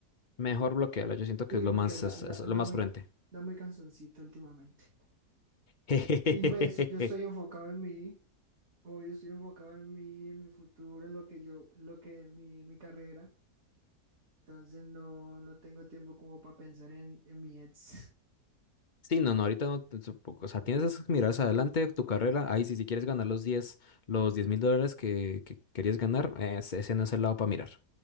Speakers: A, on the left; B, on the right.
A: Mejor bloquearlo, yo siento
B: Sí,
A: que es lo
B: porque
A: más,
B: anda,
A: es-
B: anda,
A: es
B: anda
A: lo más
B: muy,
A: prudente.
B: anda muy cansoncita últimamente.
A: <laughs>
B: Y pues yo estoy enfocado en mí, o yo estoy enfocado en mí, en mi futuro, en lo que yo, lo que mi, mi carrera. Entonces no, no tengo tiempo como para pensar en, en mi ex. <laughs>
A: Sí, no, no, ahorita no, te- supongo, o sea, tienes esas miradas adelante, tu carrera, ahí sí, si quieres ganar los diez los diez mil dólares que, que querías ganar, ese, ese no es el lado para mirar,